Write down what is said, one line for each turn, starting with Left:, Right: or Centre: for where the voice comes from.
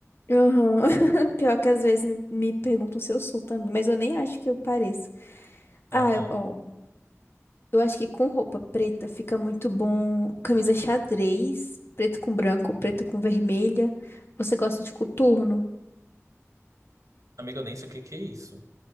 Left: Aham. <laughs> Pior que às vezes me me perguntam se eu sou também, mas eu nem acho que eu pareço.
Right: Aham.
Left: Ah, eu- ó, eu acho que com roupa preta fica muito bom camisa xadrez, preto com branco, preto com vermelha. Você gosta de coturno?
Right: Amigo, eu nem sei o que que é isso.